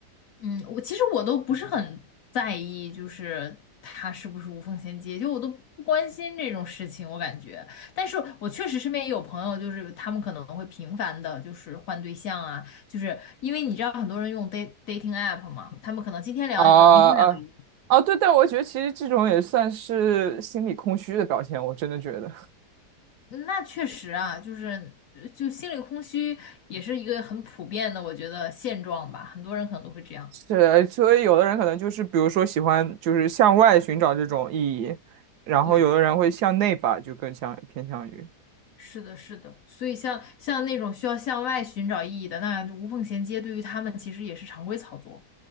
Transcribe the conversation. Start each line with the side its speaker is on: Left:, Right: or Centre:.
Left: 嗯，我其实我都不是很在意，就是他是不是无缝衔接，就我都不关心这种事情，我感觉。但是我确实身边也有朋友，就是他们可能会频繁的，就是换对象啊，就是因为你知道很多人用 date dating app 嘛，他们可能今天聊一个，
Right: 啊啊啊！
Left: 明天聊一个，
Right: 对，但我觉得其实这种也算是心理空虚的表现，我真的觉得
Left: 那确实啊，就是呃就心里空虚也是一个很普遍的，我觉得现状吧，很多人可能都会这样。
Right: 是。所以有的人可能就是，比如说喜欢就是向外寻找这种意义，然后有的人会向内吧，
Left: 对。
Right: 就更像偏向于。
Left: 是的，是的，所以像像那种需要向外寻找意义的，那无缝衔接对于他们其实也是常规操作。